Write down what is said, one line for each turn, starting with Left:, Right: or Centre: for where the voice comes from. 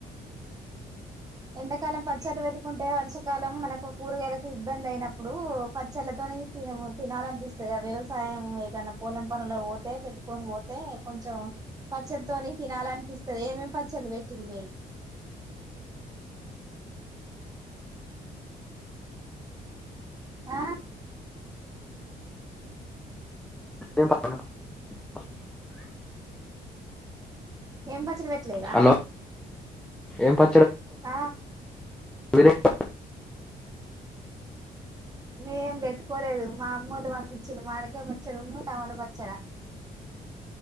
Right: ఎంతకాలం పచ్చళ్ళ తినాలనిపిస్తుంది ఏమేమి పచ్చళ్ళు పెట్టిరు మీరు ఆ
Centre: <inaudible>
Right: ఏం బ చ్చడి పెట్టలేదా
Centre: హలో ఏం ప
Right: ఆ
Centre: మీరేం <inaudible>
Right: మేం పెట్టుకోలేదు మా అమ్మోళ్ళు పంపించును మామిడికాయ పచ్చడు ను టమాట పచ్చాడ